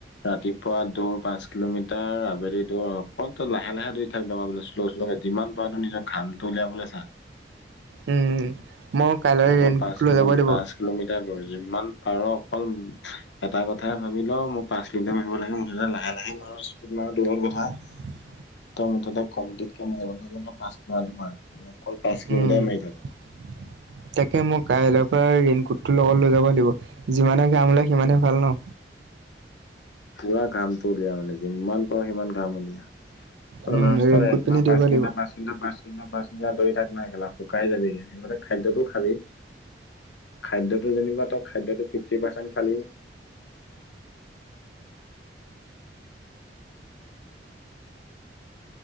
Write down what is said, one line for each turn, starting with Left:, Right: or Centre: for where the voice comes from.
Left: ৰাতিপুৱা দৌৰ পাঁচ কিলোমিটাৰ। আবেলি দৌৰ, অকণ তই লাহে লাহে দৈ- থেল পাবা বোলোঁ শ্ল' শ্ল' কৈ। যিমান পাৰা তুমি নিজৰ ঘামটো উলিয়াবলে চা।
Right: উম, মই কাইলৈ
Left: অকল
Right: ৰেইনকোটটো
Left: পাঁচ
Right: লৈ
Left: কিলো
Right: যাবই লাগিব।
Left: পাঁচ কিলোমিটাৰ দৌৰ। যিমান পাৰোঁ অকল ম', এটা কথাই ভাবি ল' মোৰ পাঁচ- কিলোমিটাৰ মাৰিব লাগে। মুঠতে লাহে লাহে মাৰোঁ, স্পীডত মাৰোঁ, তোমাৰ কথা।
Right: <unintelligible>
Left: ত' মুঠতে কমপ্লিটকে মাৰিবি কিন্তু পাঁচ বাৰ মাৰ। অকল পাঁচ কিলোমিটাৰে
Right: উম
Left: মাৰি থাক।
Right: <unintelligible> তাকে মোক কাইলৈৰ পৰা ৰেইনকোটটো লগত লৈ যাবই লাগিব। যিমানে ঘাম ওলায় সিমানে ভাল, ন।
Left: পুৰা ঘামটো উলিয়া মানে। যিমান পাৰওঁ সিমান ঘাম উলিয়া। তোৰ
Right: উম
Left: লাষ্টৰ
Right: ৰেইনকোট
Left: একমাহ
Right: পিন্ধি দৌৰিব
Left: পাঁচ তিনমাহ
Right: লাগিব
Left: পাঁচ- পাঁচটা পাঁচটা ধৰি থাক নাই একেলা শুকাই যাবিগা সিতে খাদ্যতো খাবি <unintelligible> খাদ্যটো যেনেবা তই, খাদ্যটো ফিফটি পাৰ্চেণ্ট খালি।